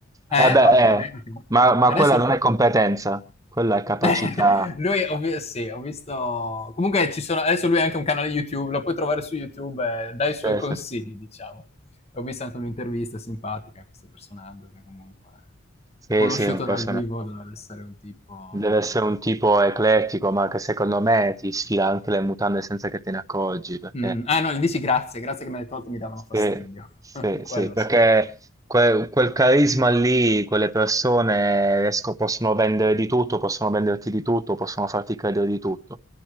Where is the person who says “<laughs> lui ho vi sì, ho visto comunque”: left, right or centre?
Left